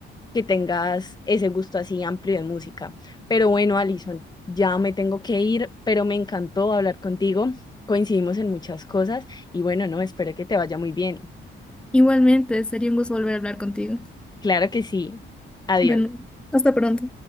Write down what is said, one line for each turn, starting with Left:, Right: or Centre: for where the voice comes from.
Left: que tengas ese gusto así amplio de música. Pero bueno, Alison, ya me tengo que ir, pero me encantó hablar contigo. Coincidimos en muchas cosas y bueno, no, espero que te vaya muy bien.
Centre: Igualmente, sería un gusto volver a hablar contigo.
Left: Claro que sí. Adiós.
Centre: Bueno, hasta pronto.